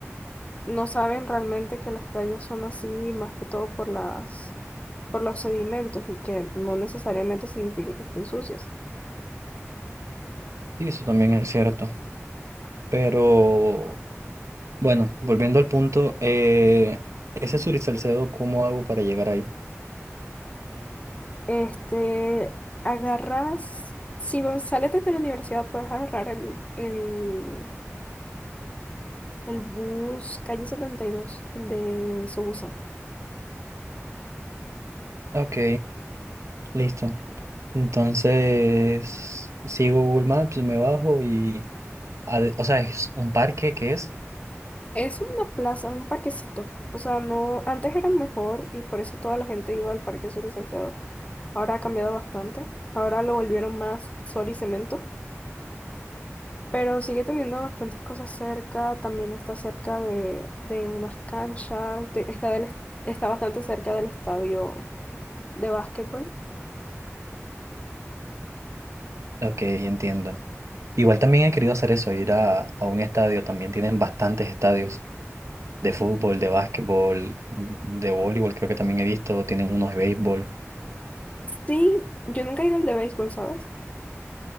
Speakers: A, on the left; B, on the right.
A: no saben realmente que las playas son así, más que todo por las, por los sedimentos y que no necesariamente significa que estén sucias.
B: Sí, eso también es cierto. Pero bueno, volviendo al punto, eh, ese Sur y Salcedo, ¿cómo hago para llegar ahí?
A: Este, agarras, si vos sales desde la universidad, puedes agarrar el, el, el bus calle 72, el de Sobusa.
B: Ok, listo. Entonces, sigo Google Maps, me bajo y... ade- O sea, es un parque que es...
A: Es una plaza, un parquecito. O sea, no, antes era mejor y por eso toda la gente iba al Parque Sol y Salcedo. Ahora ha cambiado bastante. Ahora lo volvieron más sol y cemento. Pero sigue teniendo bastantes cosas cerca, también está cerca de, de unas canchas, de- está, del, est- está bastante cerca del estadio de básquetbol.
B: Ok, entiendo. Igual también he querido hacer eso, ir a, a un estadio. También tienen bastantes estadios. de fútbol, de básquetbol, de voleibol, creo que también he visto, tienen unos de béisbol.
A: Sí, yo nunca he ido al de béisbol, ¿sabes?